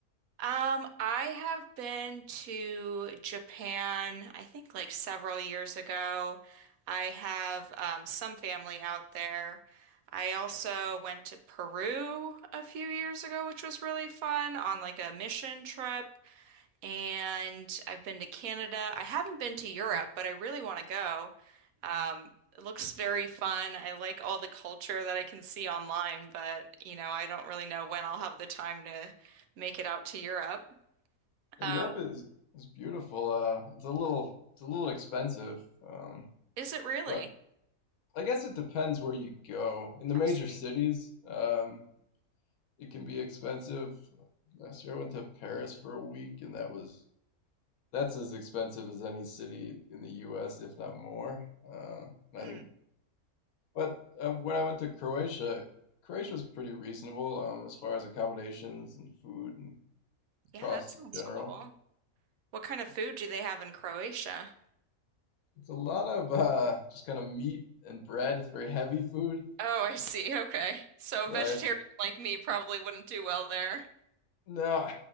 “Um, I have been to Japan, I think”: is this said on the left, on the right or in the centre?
Right